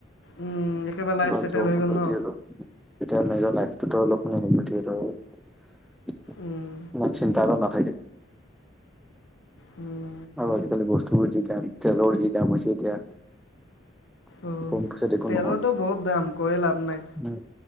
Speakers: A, on the left; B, in the centre.
A: উম, একেবাৰে
B: কিবা
A: লাইফ ছেটেল
B: জব
A: হৈ
B: হ'লেও
A: গ'ল ন
B: যি হ'লেও এতিয়া নিজৰ লাইফটোতো অলপ মানে <unintelligible>
A: উম,
B: ইমান চিন্তা <unintelligible> থাকে
A: উম
B: আৰু আজিকালি বস্তুবোৰৰ যি দাম তেলৰ যি দাম হৈছে এতিয়া
A: অ'।
B: কম পইচাত একো
A: তেলৰতো
B: নহয়
A: বহুত দাম কৈয়ে লাভ নাই
B: উম